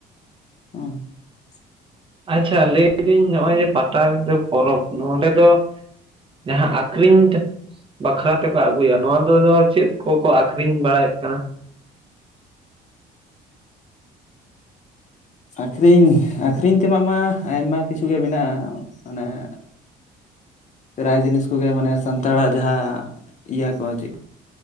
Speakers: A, on the left; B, on the right.
A: ᱦᱮᱸ ᱾ <inaudible>
B: ᱟᱪᱪᱷᱟ ᱞᱟᱹᱭ ᱫᱟᱹᱧ ᱱᱚᱜᱼᱚᱭ ᱡᱮ ᱯᱟᱴᱟᱵᱤᱸᱫᱷᱟᱹ ᱯᱚᱨᱚᱵᱽ ᱾ ᱱᱚᱰᱮ ᱫᱚ ᱼᱼ ᱡᱟᱦᱟᱸ ᱟᱠᱨᱤᱧ ᱵᱟᱠᱷᱨᱟ ᱛᱮᱠᱚ ᱟᱹᱜᱩᱭᱟ, ᱱᱚᱣᱟ ᱫᱚ ᱪᱮᱫ ᱠᱚᱠᱚ ᱟᱠᱷᱨᱤᱧ ᱵᱟᱲᱟᱭᱮᱫ ᱠᱟᱱᱟ?
A: ᱟᱹᱠᱷᱨᱤᱧ, ᱟᱹᱠᱷᱨᱤᱧ ᱛᱮᱱᱟᱜ ᱢᱟ ᱟᱭᱢᱟ ᱠᱤᱪᱷᱩ ᱜᱮ ᱢᱮᱱᱟᱜᱼᱟ ᱾ ᱢᱟᱱᱮ ᱼᱼ ᱯᱨᱟᱭ ᱡᱤᱱᱤᱥ ᱠᱚ ᱜᱮ ᱾ ᱢᱟᱱᱮ ᱥᱟᱱᱛᱟᱲᱟᱜ ᱡᱟᱦᱟᱸ ᱤᱭᱟᱹ ᱠᱚ ᱪᱮᱫ ᱼᱼ